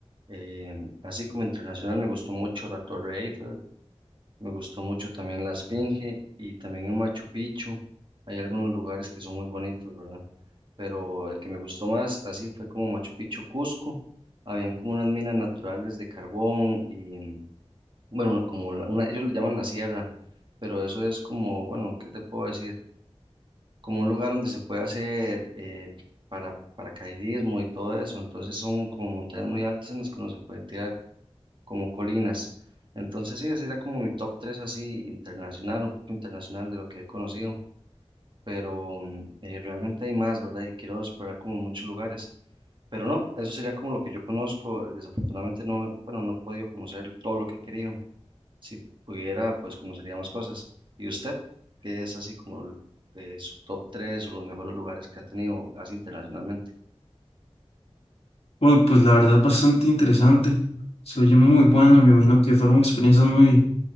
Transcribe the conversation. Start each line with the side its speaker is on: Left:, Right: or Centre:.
Right: Eh, así como internacional, me gustó mucho la Torre Eiffel, me gustó mucho también la Esfinge y también en Machu Picchu. Hay algunos lugares que son muy bonitos, ¿verdad? Pero el que me gustó más, así fue como Machu Picchu, Cusco. Habían como unas minas naturales de carbón y bueno, como la- una, ellos le llaman la sierra, pero eso es como, bueno, ¿qué te puedo decir? Como un lugar donde se puede hacer eh, para paracaidismo y todo eso, entonces son como montañas muy altas en las que uno se puede tirar, como colinas. Entonces sí, ese sería como mi top 3 así internacional, un poco internacional de lo que he conocido, pero mm, eh, realmente hay más, ¿verdad? Y quiero explorar como muchos lugares. Pero no, eso sería como lo que yo conozco. Desafortunadamente no, bueno, no he podido conocer todo lo que he querido si pudiera, pues conocería más cosas. ¿Y usted, qué es así como el- eh, su top 3 o los mejores lugares que ha tenido así internacionalmente?
Left: Bueno, pues la verdad bastante interesante. Se oye muy bueno y me imagino que fueron experiencias muy,